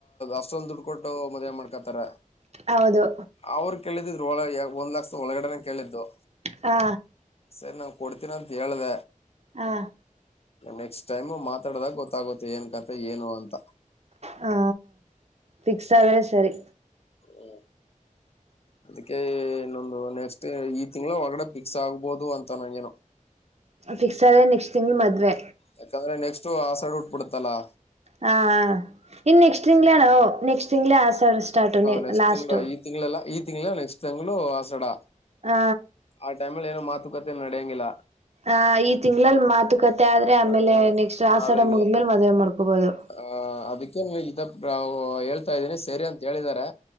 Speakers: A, on the left; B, on the right.
A: ಅಷ್ಟೊಂದು ದುಡ್ಡು ಕೊಟ್ಟು ಮದ್ವೆೆ ಮಾಡ್ಕೊತಾರೇ
B: ಹೌದು
A: ಅವರು ಕೇಳಿದ ಒಂದ್ ಲಕ್ಷ ಒಳಗಡೆನೆ ಕೇಳಿದ್ದು
B: ಹಾ
A: ಸರಿ ನಾನ್ ಕೊಡ್ತೀನೀ ಅಂತ ಹೇಳ್ದ
B: ಹಾ
A: ನೆಕ್ಸ್ಟ್ ಟೈಮ್ ಮಾತಾಡದಾಗ ಗೊತ್ತಾಗುತ್ತೆ ಏನ್ ಕತೆೆ ಏನು ಅಂತ
B: ಹಾ ಫಿಕ್ಸ್ ಆದೆ ಸರಿ
A: ಹ್ಮ ಅದಕ್ಕೆ ಇನ್ನೊಂದು ನೆಕ್ಸ್ಟ್ ಈ ತಿಂಗಂಗಳು ಒರ್ಗಡೆ ಫಿಕ್ಸ್ ಆಗ್ಬೋದು ಅಂತ ನಂಗ ೇನು
B: ಫಿಕ್ಸ್ ಆದೆ ನೆಕ್ಸ್ಟ್ ತಿಂಗ್ಳ ಮದ್ವೆ
A: ಯಾಕಂದ್ರೆ ನೆಕ್ಸ್ಟ್ು ಆಸಾಡ್ ಉಟ್ಬಿಡುತ್ತಲ್ಲಾ
B: ಹಾ ಹ ಇನ್ ನೆಕ್ಸ್ಟ್ ತಿಂಗ್ಳೇಣ ನೆಕ್ಸ್ಟ್ ತಿಂಗ್ಳೇ ಆಸ ಸ್ಟಾರ್ಟು
A: ನೆಕ್ಸ್ಟ್
B: ಲಾಸ್ಟ್
A: ತಿಂಗಳು ಈ ತಿಂಗಳೆಲ್ಲ ಈ ತಿಂಗಳ ನೆಕ್ಸ್ಟ್ ಟೈಮ್ ಆಸಡಾ
B: ಹ
A: ಆ ಟೈಮಲ್ಲಿ ಏನು ಏನು ಮಾತು ಕ ನಡೆಯಂಗಿಲ್ಲಾ
B: ಹ ಈ ತಿಂಗಳಲ್ ಮಾತುಕತೆ ಆದ್ರೆ ಆಮೇಲೆ
A: ಆ
B: ನೆಕ್ಸ್ಟ್ ಆಸಡ
A: ಅದಂಗೆ
B: ಮುಗಿದ್ಮೇಲೆ ಮದ್ುವೆ ಮಾಡ್ಕೋಬೋದು
A: ಆ ಅದಕ್ಕೆ ಇದ ಹೇಳ್ತಾ ಇದೀನಿ ಸರಿ ಅಂತ ಹೇಳಿದಿದ್ದಾರೆ